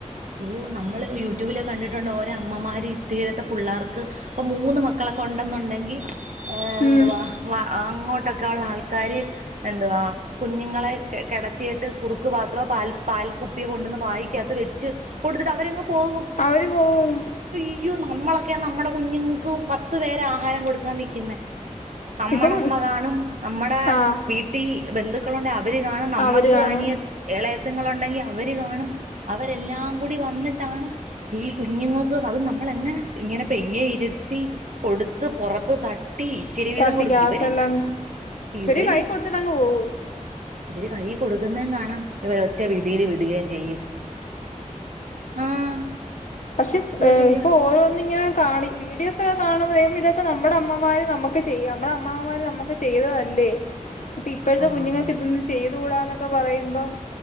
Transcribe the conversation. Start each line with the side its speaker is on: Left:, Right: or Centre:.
Right: ഓഹ് നമ്മള് യൂട്യൂബിലോക്കെ കണ്ടിട്ടുണ്ടോ ഓരോ അമ്മമാര് ഇത്തിരി ഇല്ലാത്ത പിള്ളേർക്ക് അപ്പൊ മൂന്ന് മക്കള ക്കൊണ്ടെന്നുണ്ടെങ്കിൽ ഏഹ് എന്തുവാ
Left: ഉം
Right: വ അങ്ങോട്ടൊ ക്കൊള്ള ആൾക്കാര് എന്തുവാ കുഞ്ഞുങ്ങളെ കെ കെടത്തിയിട്ട് കുറുക്ക് പാത്രോ പാൽ പാൽ കുപ്പിയെ കൊണ്ട്ന്ന് വായിക്കാത്ത് വെച്ച് കൊടുത്തിട്ട് അവരങ്ങ് പോകും
Left: അവര് പോവും
Right: അയ്യോ നമ്മളെ ക്കെ നമ്മുടെ കുഞ്ഞുങ്ങക്ക് പത്ത് പേരാ ആഹാരം കൊടുക്കാൻ നിക്കുന്നേ. നമ്മുടെ
Left: ഇപ്പം
Right: അമ്മ കാണും, നമ്മുടെ
Left: ആഹ്
Right: വീട്ടിൽ ബന്ധുക്കളുണ്ടേ അവര് കാണും, നമ്മക്ക്
Left: അവര് കാണും
Right: അനി യൻ ഇളയത്തുങ്ങൾ ഉണ്ടെങ്കിൽ അവര് കാണും, അവരെല്ലാം കൂടി വന്നിട്ടാണ് ഈ കുഞ്ഞുങ്ങൾക്ക് അത് നമ്മള് എങ്ങനെ ഇങ്ങനെ പയ്യെയിരുത്തി കൊടുത്ത് പുറത്ത് ത ട്ടി ഇച്ചിരി വീതം
Left: തട്ടി
Right: കൊടുക്കും
Left: ഗ്യാസെല്ലാം
Right: ഇവര് ഇവര്
Left: കൈ കൊടുത്തിട്ടങ്ങ് പോവും
Right: ഇവര് കൈയ്യി കൊടുക്കുന്നേം കാണാം ഇവരൊറ്റ വിടിയില് വിടുകേം ചെയ്യും. ആഹ്
Left: പക്ഷെ
Right: ഓ
Left: ഏഹ്
Right: ചെയ്യ
Left: ഇപ്പൊ ഓരോന്നും ഇങ്ങനെ കാണി വീഡിയോസ് കാണുമ്പോ ദൈവമേ ഇതൊക്കെ നമ്മുടെ അമ്മമാര് നമ്മുക്ക് ചെയ്യ നമ്മടെ അമ്മാമാര് നമ്മുക്ക് ചെയ്തതല്ലേ? ഇപ്പ ഇപ്പോഴത്തെ
Right: ആഹ്
Left: കുഞ്ഞുങ്ങൾക്ക് ഇതൊന്ന് ചെയ്തുകൂടാന്നൊക്കെ പറയുമ്പോം,